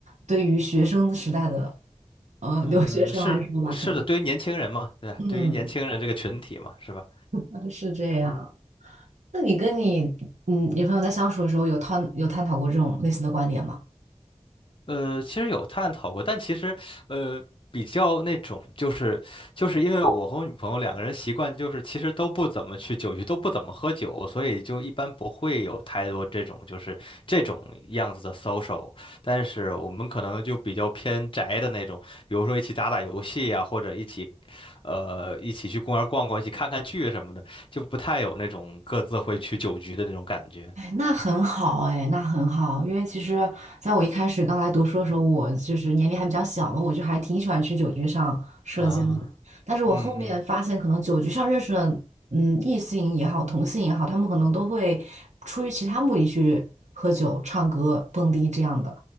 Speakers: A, on the right; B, on the left.
A: 对于学生时代的呃留学生来说吧，
B: 嗯，是是的，
A: 可能
B: 对于年轻人嘛，对吧对于年轻人这个群体嘛，
A: 嗯
B: 是吧？
A: 呃是这样。那你跟你嗯女朋友在相处的时候，有探有探讨过这种类似的观点吗？
B: 呃，其实有探讨过，但其实，呃，比较那种，就是就是因为我和我女朋友两个人习惯就是其实都不怎么去酒局，都不怎么喝酒，所以就一般不会有太多这种就是这种样子的 social。但是我们可能就比较偏宅的那种，比如说一起打打游戏呀、或者一起，呃，一起去公园逛逛，一起看看剧什么的，就不太有那种各自会去酒局的那种感觉
A: 哎那很好哎，那很好，因为其实在我一开始刚来读书的时候，我就是年龄还比较小嘛，我就还挺喜欢去酒局上社交的。
B: 啊。
A: 但是我后面发现，
B: 嗯嗯
A: 可能酒局上认识的，嗯，异性也好，同性也好，他们可能都会出于其他目的去喝酒、唱歌、蹦迪这样的。